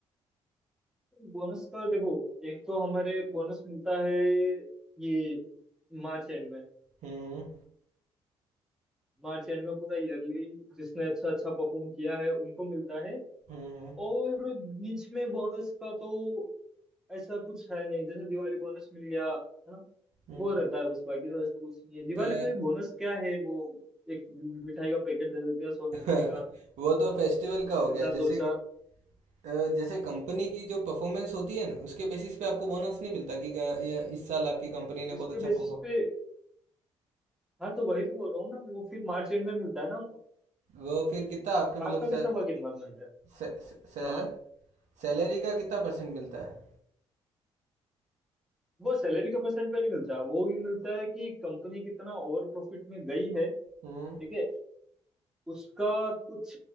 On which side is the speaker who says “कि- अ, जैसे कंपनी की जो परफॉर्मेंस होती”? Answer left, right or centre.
Right